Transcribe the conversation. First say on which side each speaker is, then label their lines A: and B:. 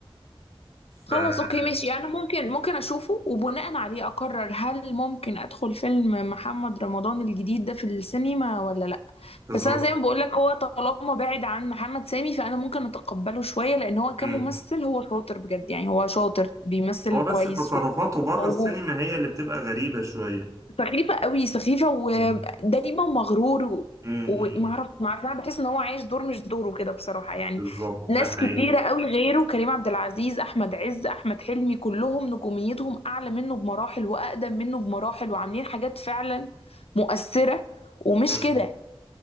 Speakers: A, on the left; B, on the right.
A: خلص
B: رزق
A: اوكي ماشي يعني ممكن ممكن اشوفه وبناء عليه اقرر هل ممكن ادخل فيلم محمد رمضان الجديد ده في السينما ولا لا
B: بالظبط
A: بس انا زي ما بقول لك هو طالما بعد عن محمد سامي فانا ممكن اتقبله شوية لان هو كممثل
B: مم.
A: هو شاطر بجد يعني هو شاطر بيمثل
B: هو بس
A: كويس
B: تصرفاته بره
A: وموهوب
B: السينما هي اللي بتبقى غريبة شوية
A: سخيفة قوي سخيفة ودايما
B: مم.
A: مغرور و-
B: مم.
A: ومعرف
B: مم.
A: معرف انا بحس ان هو عايش دور مش دوره كده بصراحة يعني
B: بالظبط
A: ناس
B: ده حقيقي
A: كتيرة قوي غيره كريم عبد العزيز احمد عز احمد حلمي كلهم نجوميتهم اعلى منه بمراحل واقدم منه بمراحل وعاملين حاجات فعلا مؤثرة ومش
B: مم.
A: كده